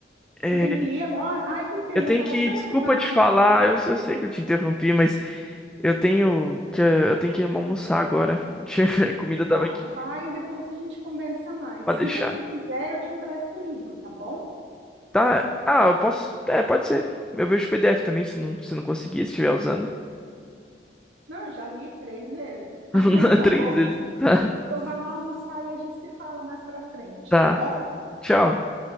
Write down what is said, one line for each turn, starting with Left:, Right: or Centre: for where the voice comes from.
Centre: é,
Right: Você tem que ir agora? Ai, que pena,
Centre: eu tenho
Right: eu estava
Centre: que.
Right: tão
Centre: Desculpa
Right: animada.
Centre: te falar, eu, eu sei que eu te interrompi, mas eu tenho que, eu tenho que almoçar agora. <laughs> A comida
Right: Então vai,
Centre: tava aqui
Right: vai e depois a gente conversa mais.
Centre: pra deixar.
Right: Se você quiser, eu te empresto o livro, tá bom?
Centre: Tá. Ah, eu posso. É, pode ser. Eu vejo o PDF também, se não, se não conseguir, se estiver usando.
Right: Não, eu já li três vezes,
Centre: <laughs>
Right: <laughs> tá
Centre: Três
Right: bom?
Centre: vezes. Tá.
Right: Então vai lá almoçar e a gente se fala mais pra frente,
Centre: Tá.
Right: tá bom?
Centre: Tchau.